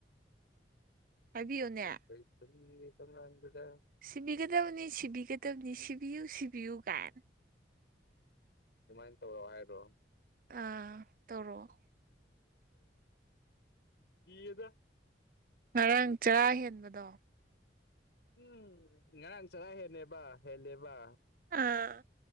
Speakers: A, on the right (about 50°); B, on the left (about 65°).
A: ꯍꯥꯏꯕꯤꯌꯨꯅꯦ
B: ꯅꯈꫭꯏ ꯈꯨꯟꯒꯤ ꯊꫭꯡꯒꯥꯟꯗꯨꯗ꯫
A: ꯁꯤꯕꯤꯒꯗꯕꯅꯤ ꯁꯤꯕꯤꯒꯗꯕꯅꯤ ꯁꯤꯕꯤꯌꯨ ꯁꯤꯕꯤꯌꯨ ꯀꯥꯏꯟ꯫
B: ꯁꯨꯃꯥꯏꯟ ꯇꯧꯔꫭ ꯍꯥꯏꯔꫭ꯫
A: ꯑꯥ ꯇꯧꯔꫭꯛ꯫
B: ꯀꯤꯌꯦꯗ꯫
A: ꯉꯔꯥꯡ ꯆꯔꯥ ꯍꯦꯟꯕꯗꯣ꯫
B: ꯎꯝ ꯉꯔꯥꯡ ꯆꯔꯥ ꯍꯦꯜꯂꯦꯕ ꯍꯦꯜꯂꯦꯕ꯫
A: ꯑꯥ꯫